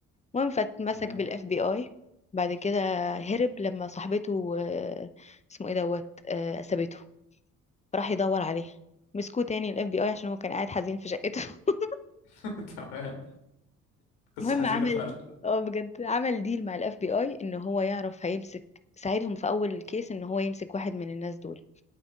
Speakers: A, on the left; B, on the left.
A: المهم فاتمسك
B: تمام
A: بالاف بي اي بعد كده هرب لما صاحبته آه، اسمه ايه دوت آه، سابته راح يدور عليها مسكوه تاني الاف بي اي عشان هو كان قاعد حزين في شقته <laughs>
B: <laughs> تمام قصة
A: المهم
B: حزينة
A: عمل
B: فعلا
A: اه بجد عمل ديل مع الاف بي اي ان هو يعرف هيمسك ساعدهم في اول كيس ان هو يمسك واحد من الناس دول